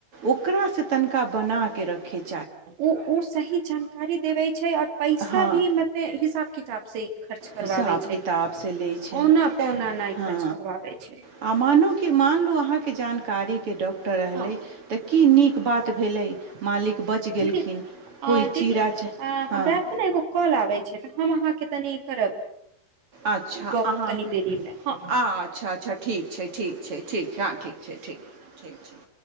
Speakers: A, on the right; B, on the right.
A: ओकरासँ तनिका बनाके रखै छी
B: ओ ओ सही जानकारी देबै छै आ पैसा
A: हँ
B: भी मतलब हिसाब किताब से खर्च करवाबै
A: हिसाब
B: छै
A: किताबसँ लैत छै
B: औना पौना नहि
A: हँ
B: खर्च करवाबै छै
A: आ मानू कि मान लू अहाँके जानकारी के डॉक्टर रहलै
B: हँ
A: तऽ की नीक बात भेलै मालिक बचि गेलखिन
B: दीदी
A: कोइ
B: दीदी
A: चीरा च
B: हमरा
A: हँ
B: आरके ने एगो कॉल आबैत छै तऽ हम अहाँके तनि करब
A: अच्छा
B: गप
A: अहाँके
B: तनि देरीमे हँ
A: अच्छा अच्छा ठीक ठीक छै ठीक छै ठीक छै हँ ठीक छै ठीक ठीक छै